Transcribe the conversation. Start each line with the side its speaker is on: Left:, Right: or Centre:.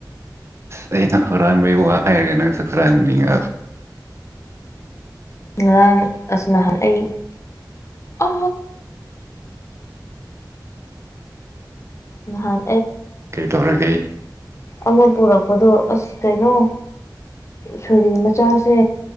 Right: ꯑ ꯑꯩꯅ ꯍꯨꯔꯥꯟꯕꯩ ꯋꯥ ꯍꯥꯏꯔꯒꯦ ꯅꯪꯁꯨ ꯍꯨꯔꯥꯟꯕꯅꯤꯡꯉ
Left: ꯉꯔꯥꯡ ꯑꯁꯤ ꯅꯍꯥꯟ ꯑꯩ ꯑ ꯍ
Right: ꯀꯩ ꯊ ꯍꯔ ꯀꯩ
Left: ꯑꯃ ꯄꯨꯔꯛꯄꯗꯣ ꯑꯁ ꯀꯩꯅꯣ ꯁꯣꯔꯤ ꯃꯆꯥꯁꯦ